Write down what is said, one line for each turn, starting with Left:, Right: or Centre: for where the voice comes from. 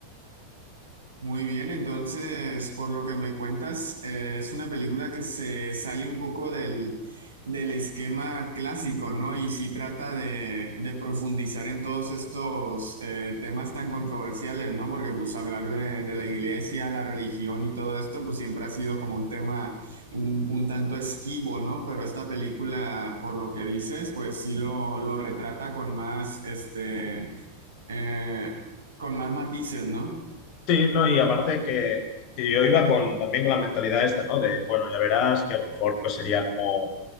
Right: Muy bien, entonces, por lo que me cuentas, eh, es una película que se sale un poco del, del esquema clásico, ¿no? Y sí trata de, de profundizar en todos estos eh, temas tan controversiales, ¿no? Porque pues hablar de, de la iglesia, la religión y todo esto, pues siempre ha sido como un tema un, un tanto esquivo, ¿no? Pero esta película, por lo que dices, pues sí lo, lo retrata con más, este, eh, con más matices, ¿no?
Left: Sí, no, y aparte que, que yo iba con, también con la mentalidad esta, ¿no? De, bueno, ya verás que a lo mejor pues sería como